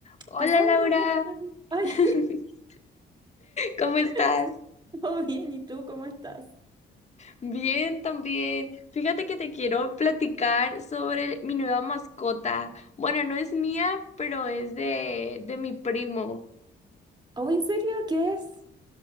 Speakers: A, on the left; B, on the right.
A: Hola
B: Cassandra,
A: Laura,
B: ¿cómo estás? Ay,
A: <laughs> ¿cómo estás?
B: <laughs> todo bien, ¿y tú cómo estás?
A: Bien, también. Fíjate que te quiero platicar sobre mi nueva mascota. Bueno, no es mía, pero es de, de mi primo.
B: Oh, ¿en serio? ¿Qué es?